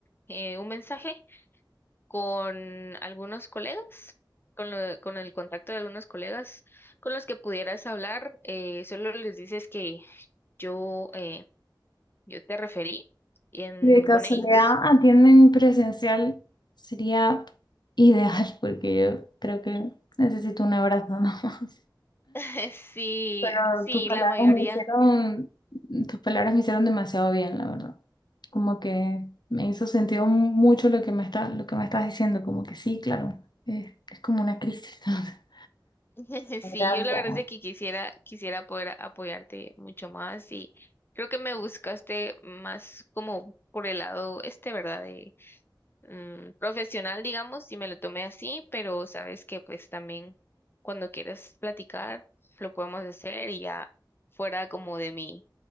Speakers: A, on the left; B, on the left.
A: eh, un mensaje con algunos colegas, con, lo- con el contacto de algunos colegas con los que pudieras hablar. eh, solo les dices que yo, eh, yo te referí y en,
B: Si de casualidad
A: con ellos.
B: atienden presencial, sería ideal <laughs> porque yo creo que necesito un abrazo, ¿no? <laughs>
A: <laughs> Sí,
B: Pero
A: sí,
B: tus palabras
A: la mayoría.
B: me hicieron, tus palabras me hicieron demasiado bien, la verdad. Como que me hizo sentido mucho lo que me está, lo que me estás diciendo, como que sí, claro, es, es como una crisis. <laughs>
A: <laughs>
B: Gracias.
A: Sí, yo la verdad es de que quisiera, quisiera poder apoyarte mucho más y creo que me buscaste más como por el lado este, ¿verdad? mm, profesional, digamos, y me lo tomé así, pero sabes que pues también cuando quieras platicar lo podemos hacer y ya fuera como de mi,